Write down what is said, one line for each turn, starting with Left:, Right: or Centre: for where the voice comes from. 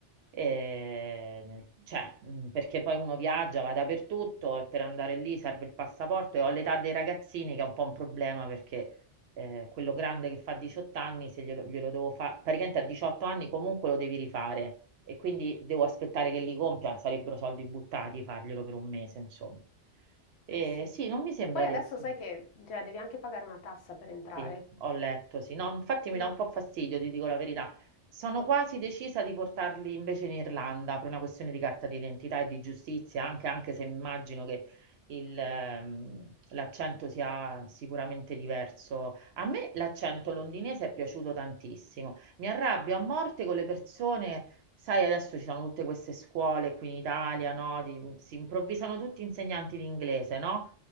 Right: E, nel- cioè, mh, perché poi uno viaggia, va dappertutto e per andare lì serve il passaporto e ho l'età dei ragazzini che è un po' un problema perché eh, quello grande che fa 18 anni, se glielo, glielo devo fare, praticamente a 18 anni comunque lo devi rifare e quindi devo aspettare che li compia, sarebbero soldi buttati farglielo per un mese, insomma. E
Left: Eh sì.
Right: sì, non mi sembra
Left: E poi
Right: di
Left: adesso
Right: essere.
Left: sai che cioè, devi anche pagare una tassa per entrare.
Right: Sì, ho letto, sì. No, infatti mi
Left: Mm.
Right: dà un po' fastidio, ti dico la verità. Sono quasi decisa di portarli invece in Irlanda per una questione di carta d'identità e di giustizia, anche, anche se immagino che il, ehm, l'accento sia sicuramente diverso. A me l'accento londinese è piaciuto tantissimo. Mi arrabbio a morte con le persone, sai, adesso ci sono tutte queste scuole qui in Italia, no? Di- si improvvisano tutti insegnanti di inglese, no?